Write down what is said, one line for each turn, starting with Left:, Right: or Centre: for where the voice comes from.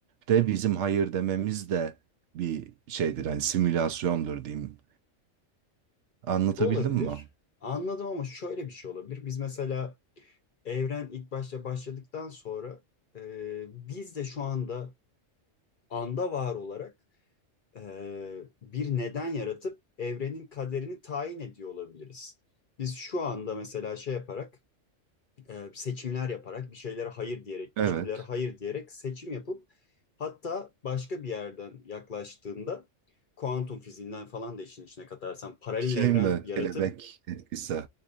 Right: de bizim hayır dememiz de bir şeydir hani simülasyondur diyeyim. Anlatabildim
Left: Olabilir.
Right: mi?
Left: Anladım ama şöyle bir şey olabilir. Biz mesela evren ilk başta başladıktan sonra e, biz de şu anda anda var olarak e, bir neden yaratıp evrenin kaderini tayin ediyor olabiliriz. Biz şu anda mesela şey yaparak e, seçimler yaparak bir şeylere hayır diyerek
Right: Evet.
Left: içgüdülere hayır diyerek seçim yapıp hatta başka bir yerden yaklaştığında kuantum fiziğinden falan da işin içine katarsan paralel
Right: Şey
Left: evren
Right: mi?
Left: yaratıp
Right: Kelebek etkisi.